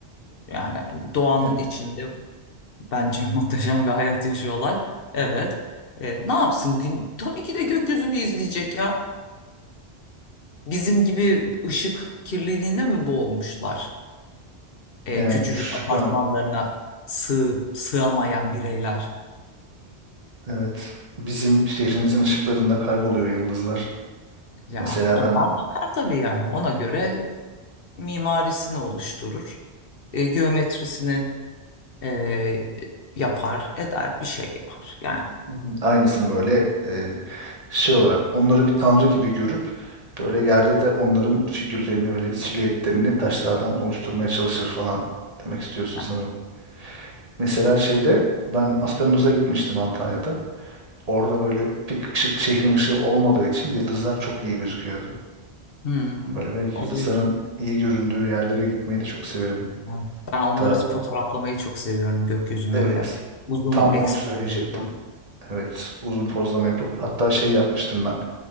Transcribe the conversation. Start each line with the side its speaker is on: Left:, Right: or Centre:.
Left: Yani doğanın
Right: Yani,
Left: içinde Bence <laughs> muhteşem bir hayat yaşıyorlar. Evet. E, ne yapsın? Gün, tabii ki de gökyüzünü izleyecek ya. Bizim gibi ışık kirliliğine mi boğulmuşlar? E,
Right: yani
Left: küçücük
Right: şu
Left: apartmanlarına
Right: an
Left: sığ, sığamayan bireyler.
Right: evet bizim şehrimizin ışıklarında kayboluyor yıldızlar.
Left: Ya
Right: Mesela
Left: ondan
Right: ben
Left: bakar tabii yani. Ona göre mimarisini oluşturur. E, geometrisini e, yapar, eder, bir şey yapar. Yani
Right: hı hı, aynısını böyle e, şey olarak onları bir tanrı gibi görüp böyle yerde de onların figürlerini böyle silüetlerini taşlardan oluşturmaya çalışır falan demek istiyorsun
Left: Ha,
Right: sanırım. Mesela şeyde ben Aspendos'a gitmiştim Antalya'da. Orada böyle pek ışık şehrin ışığı olmadığı için yıldızlar çok iyi gözüküyordu.
Left: Hmm,
Right: Böyle ve yıldızların
Left: oluyor.
Right: iyi göründüğü yerlere gitmeyi de çok severim.
Left: Ha, Ben onları
Right: Ta
Left: fotoğraflamayı çok seviyorum gökyüzünü
Right: Evet.
Left: öyle. Uzun
Right: Tam onu
Left: exposure'da.
Right: söyleyecektim. Evet, uzun pozlama yapıp hatta şey yapmıştım ben.